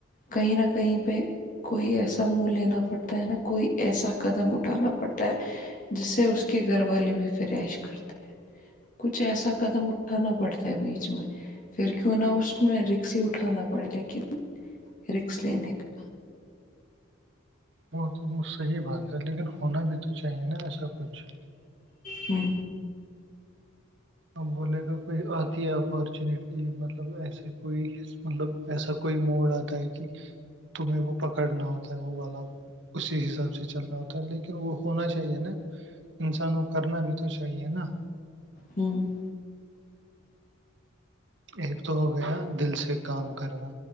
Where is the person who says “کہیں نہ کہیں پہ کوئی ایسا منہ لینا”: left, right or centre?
Left